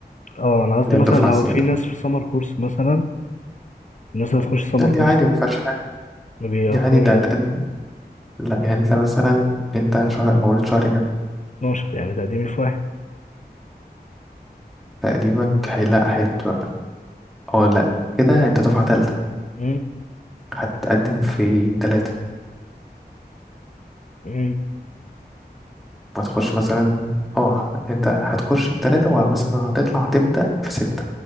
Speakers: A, on the left; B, in the centre.
A: اه انا قصدي
B: اللي هي
A: مثلا
B: الدفعة
A: لو
B: الزيادة
A: في ناس في سمر كورس مثلا الناس اللي تخش سمر
B: لا دي
A: كورس
B: عادي ما فيهاش حاجة
A: ما بيأخروش
B: دي عادي ده هتقد
A: غير
B: لا يعني أنت مثلا أنت شهر مولود شهر كام
A: 12 يعني تقديمي في واحد
B: تقديمك هي لا هيبقى أو لا كده أنت دفعة تالتة
A: مم.
B: هتقدم في تلاتة
A: مم.
B: وهتخش مثلا اه انت هتخش في ثلاثة ومثلا هتطلع هتبدأ في ستة